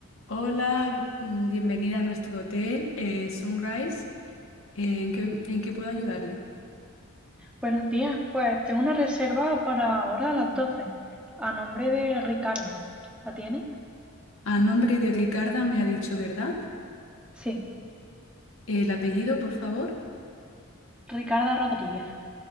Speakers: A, on the left; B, in the centre.
A: Hola, mm, bienvenida a nuestro hotel eh, Sunrise. Eh, ¿en qué, en qué puedo ayudarle?
B: Buenos días, pues tengo una reserva para ahora a las 12 a nombre de Ricarda. ¿La tienen?
A: A nombre de Ricarda me ha dicho, ¿verdad?
B: Sí,
A: El apellido, por favor.
B: Ricarda Rodríguez.